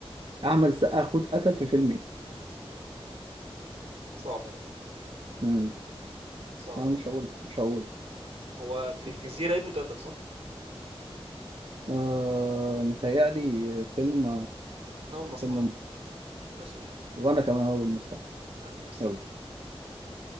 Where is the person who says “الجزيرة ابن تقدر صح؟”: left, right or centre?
Right